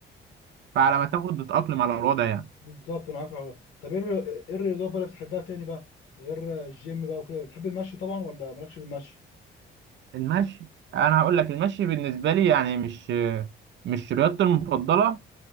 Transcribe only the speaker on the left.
بالظبط انا عارف الحوار. طب ايه الر- ايه الرياضات بقى اللي بتحبها تاني بقى غير الجيم بقى وكده بتحب المشي طبعا ولا مالكش في المشي